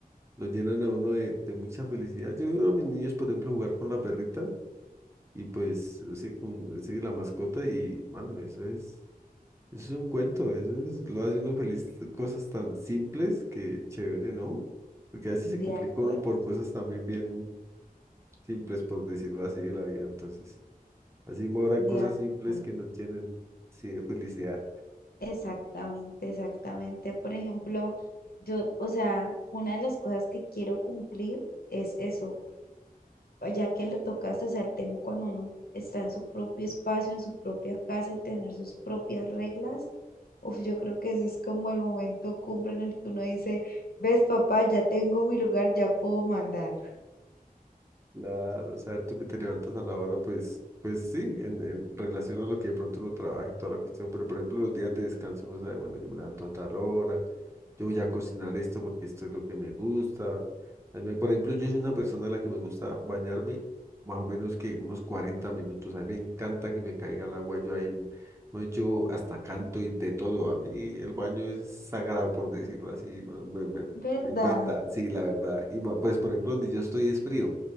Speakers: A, on the right; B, on the left.
A: lo llenan a uno de, de mucha felicidad. Yo veo a mis niños, por ejemplo, jugar con la perrita y pues, o sea, con sí, la mascota y, mano, eso es, eso es un cuento, eso es, lo hace uno feliz, cosas tan simples que chévere, ¿no? Porque a veces
B: De
A: se complica
B: acuerdo,
A: uno por cosas también bien simples, por decirlo así, de la vida. Entonces, así me habrán
B: de
A: cosas
B: acuerdo.
A: simples que nos llenen, sí, de felicidad.
B: Exactamente, exactamente. Por ejemplo, yo, o sea, una de las cosas que quiero cumplir es eso, ya que le tocaste, o sea, el tema cuando uno está en su propio espacio, en su propia casa y tener sus propias reglas. Uf, yo creo que ese es como el momento cumbre en el que uno dice, ves, papá, ya tengo mi lugar, ya puedo mandar.
A: Claro, saber tú que te levantas a la hora, pues, pues sí, en, en relación a lo que de pronto uno trabaja y toda la cuestión, pero por ejemplo los días de descanso uno sabe, bueno, yo me levanto a tal hora, yo voy a cocinar esto porque esto es lo que me gusta. A mí me- por ejemplo, yo soy una persona a la que me gusta bañarme más o menos que unos 40 minutos, a mí me encanta que me caiga el agua, yo ahí, m- no, yo hasta canto y de todo, a mí el baño es sagrado, por decirlo así, ¿no? me, me,
B: ¿Verdad?
A: me mata, sí, la verdad, y ma- pues por ejemplo donde yo estoy es frío.